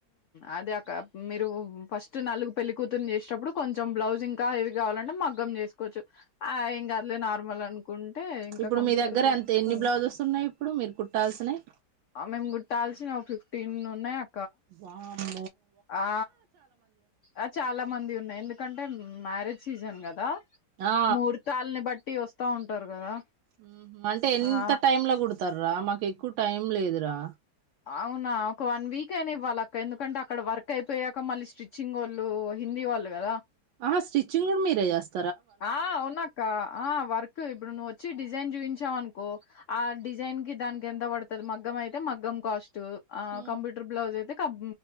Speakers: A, on the left (about 85°); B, on the right (about 80°).
A: అదే అ మీరు ఫస్ట్ నాలుగు పెళ్లిి కూతుర్ని చేసేటప్పుడు కొంచెం బ్లౌజ్ ఇంకా ఏది కావాలంటే మగ్గం చేసుకోవచ్చు ఆ ఏంకా అదులే నార్మల్ అను కుంటే ఇంకా
B: ఇప్పుడు
A: కంప్యూటర్
B: మీ దగ్గర
A: చేసేస్తుంది
B: ఎంత ఎన్ని బ్లౌజెస్ ఉన్నాయి ఇప్పుడు మీరు కుట్టాల్సినవి
A: మేము గుట్టాల్సిిన టెన్ ఉన్నాయి ఆ
B: వామ్
A: ఆ ఆ చాలా మంది ఉన్నాయి ఎందుక ఎందుకంటే మ్యారేజ్ సీజన్ కదా
B: ఆ
A: మూర్తాాలని బట్టి వస్ వస్తా ఉంటారు కదా
B: ఉమ్ హమ్ అంటే ఎంత
A: ఆ
B: టైమ్ లో కుడతార రా మాకు ఎకు టైం లేదురా
A: అవునా ఒక వన్ వీక్ అయినా ఇవ్వాలి అక్క ఎందుకంటే అక్కడ వర్క్ అయిపోయాక మళ్ళీ స్టిచ్చింగ్ వాళ్ళు హిందీ వాళ్ళు కదా
B: ఆా స్టిచింగ్ కూడా మీరేస్త
A: ఆ ఉన్నాక్క ఆ వర్క్ ఇప్పుడు ను వచ్చి డిజైన్ చూయిించ చావ్ ఆ కో ఆ డిజైన్ కి దాని ఎింత పడుతుంది మగ్గం అయితే మగ్ం కాస్ట్ ఆ
B: మ్మ్.
A: కంప్యూటర్ బ్లౌస్ అయితే కం